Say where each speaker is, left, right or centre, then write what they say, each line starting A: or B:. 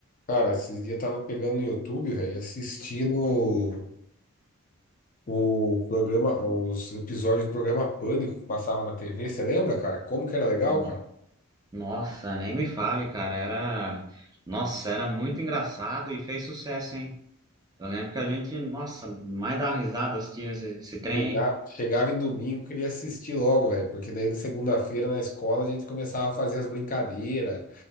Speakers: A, on the left; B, on the right.
A: Cara, esses dias eu tava pegando no YouTube, velho, assistindo o programa, os episódios do programa Pânico que passava na TV. Você lembra, cara? Como que era legal,
B: No-
A: cara?
B: Nossa, nem me fale, cara. Era, nossa, era muito engraçado e fez sucesso, hein? Eu lembro que a gente, nossa, mais dá risada assistindo esse, esse trem.
A: Chegava, chegava em domingo, queria assistir logo, velho, porque daí na segunda-feira na escola a gente começava a fazer as brincadeiras,